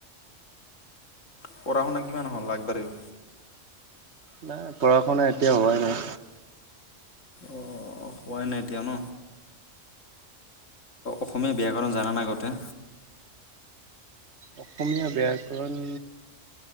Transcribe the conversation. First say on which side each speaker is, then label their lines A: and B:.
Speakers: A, on the left; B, on the right.
A: পঢ়া শুনা কিমান হ'ল আগবাঢ়িল
B: নাই পঢ়া শুনা এতিয়া হোৱাই নাই
A: অঁ হোৱাই নাই এতিয়া ন অসমীয়া বিয়াকৰণ জান নে আগতে
B: অসমীয়া বেয়াকৰণ